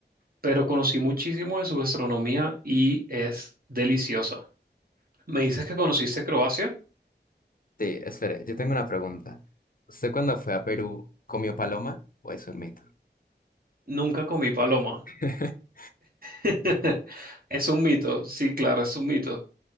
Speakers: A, on the right (about 55°); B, on the left (about 50°).
A: pero conocí muchísimo de su gastronomía y es deliciosa. ¿Me dices que conociste Croacia?
B: Sí, espere, yo tengo una pregunta. ¿Usted cuando fue a Perú comió paloma o es un mito?
A: Nunca comí paloma.
B: <laughs>
A: <laughs> Es un mito, sí, claro, es un mito.